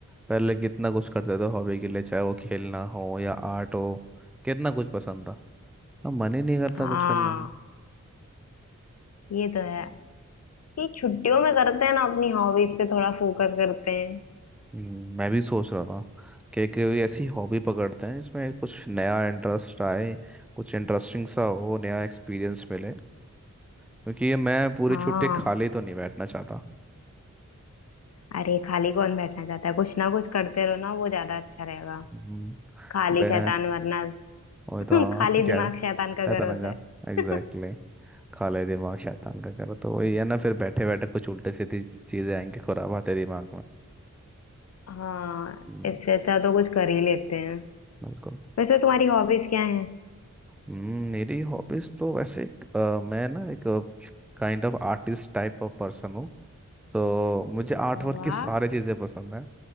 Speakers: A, in the centre; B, on the left.
A: पहले कितना कुछ करते थे हॉबी के लिए चाहे वो खेलना हो या आर्ट हो कितना कुछ पसंद था अब मन ही नहीं करता
B: हाँ
A: कुछ करने का।
B: ये तो है ये छुट्टियों में करते हैं ना अपनी हॉबीज पे थोड़ा फोकस करते हैं
A: हम्म, मैं भी सोच रहा था कि कोई ऐसी हॉबी पकड़ते हैं जिसमें कुछ नया इंटरेस्ट आए कुछ इंटरेस्टिंग सा हो नया एक्सपीरियंस मिले क्योंकि ये मैं पूरी
B: हाँ
A: छुट्टी खाली तो नहीं बैठना चाहता
B: अरे खाली कौन बैठना चाहता है कुछ ना कुछ करते रहो ना वो ज्यादा अच्छा रहेगा
A: हम्म,
B: खाली
A: मैं
B: शैतान वरना
A: वही
B: <laughs>
A: तो हाँ,
B: खाली
A: क्या
B: दिमाग
A: शैतान
B: शैतान का घर होता
A: का
B: है
A: एग्जैक्टली
B: <laughs>
A: खाली दिमाग शैतान का करो तो वही है ना फिर बैठे बैठे कुछ उल्टे सीधी चीजें आएंगी खुराब आते दिमाग में
B: हाँ
A: हम्म,
B: इससे अच्छा तो कुछ कर ही लेते हैं
A: बिल्कुल
B: वैसे तुम्हारी हॉबीज क्या हैं
A: हम्म, मेरी हॉबीज तो वैसे एक, अ, मैं ना एक kind of artist type of person हूँ, तो मुझे आर्ट वर्क
B: वाह
A: की सारी चीज़ें पसंद है